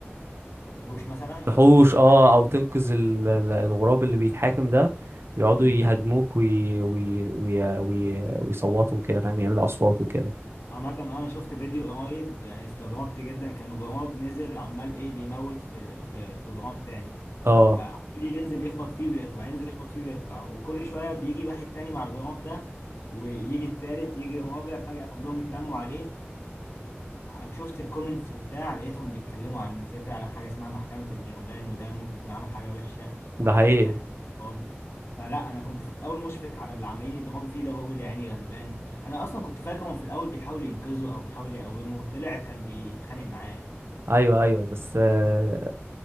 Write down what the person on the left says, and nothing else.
تحوش مثلا
أو ت- تبعدهم
عنه
أمم.
عامة أه، أنا شفت فيديو قريب يعني استغربت جدا كان غراب نزل عمال إيه بيموت في في في غراب تاني
فعمال ينزل يخبط فيه ويطلع ينزل يخبط فيه ويطلع وكل شوية بيجي واحد تاني مع الغراب ده ويجي التالت يجي الرابع فجأة كلهم اتلموا عليه فشفت الكومنتس وبتاع لقيتهم بيتكلموا عن في فعلا حاجه اسمها محكمه الغربان وده ممكن يكون عمل حاجه وحشه
فهو
يستاهل العقاب فلا انا كنت في الاول مشفق على اللي عمالين يضربوا فيه ده بقول يا عيني غلبان انا اصلا كنت فاكرهم في الاول بيحاول ينقذه او بيحاول يقومه طلع كان بيتخانق معاه